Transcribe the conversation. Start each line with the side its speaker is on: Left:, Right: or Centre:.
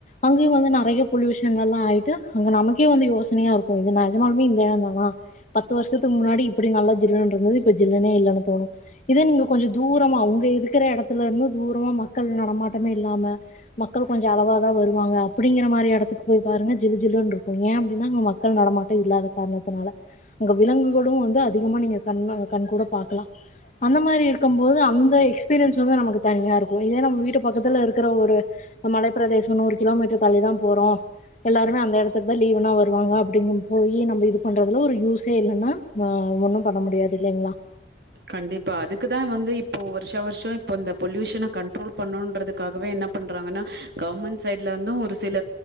Left: அங்கேயு வந்து நறைய பொல்யூஷன் எல்லா ஆயிட்டு அங்க நமக்கே வந்து யோச செம்மையா இருக்கு இது நெஜமாலுமே இந்த எடம் தானா பத்து வருஷத்துக்கு முன்னாடி இப்புடி நல்லா ஜில்லுன்னு இருந்தது இப்ப ஜில்லுனே இல்லன்னு தோணு இதே நீங்க கொஞ்ச தூரமா உங்க இருக்கற எடத்துல இருந்து தூரமா மக்கள் நடமாட்டமே இல்லாம மக்கள் கொஞ்சோ அளவா தா வருவாங்க அப்டிங்கிற மாரி எடத்துக்கு போய் பாரு ஜிலு ஜிலுன்டு இருக்கு ஏயா அப்டின்னா அங்க மக்கள் நடமாட்டம் இல்லாத காரணத்தினால அங்க விலங்குகளும் வந்து அதிகமா நீங்க கண் கண் கூட பாக்கலாம் அந்த மாரி இருக்கும் போது அந்த எக்ஸ்பீரியன்ஸ் வந்து நமக்கு தனியா இருக்கு இதே நம்ம வீட்டு பக்கத்துல இருக்கற ஒரு மலைப்ப பிரதேசோ நூறு கிலோமீட்டர் தள்ளிதா போறோ எல்லாருமே அந்த எடத்துக்கு தா லீவுனா வரு வாங்க அப்டிங்கு போயி நம்ம இது பண்றதுல ஒரு யூஸே இல்லன்னா ஒன்னு பண்ண முடியாது இல்லைங்ளா
Right: கண்டிப்பா அதுக்குதா வந்து இப்போ வருஷ வருஷே இப்போ இந்த பொல்யூஷன கண்ட்ரோல் பண்ணுன்றதுக்காகவே என்ன பண்றாங்கன்னா கவர்மெண்ட் சைட்ல வந்து ஒரு சில